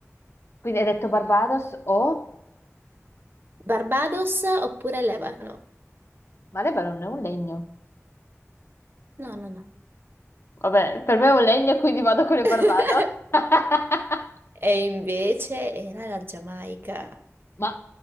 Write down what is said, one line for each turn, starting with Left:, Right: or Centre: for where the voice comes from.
Left: Quindi hai detto Barbados o...
Right: Barbados oppure Lebano?
Left: Ma Lebanon è un legno.
Right: No, no, no.
Left: Vabbè, per me è un legno, quindi vado con le
Right: <laughs>
Left: Barbados. <laughs>
Right: E invece era la Giamaica.
Left: Ma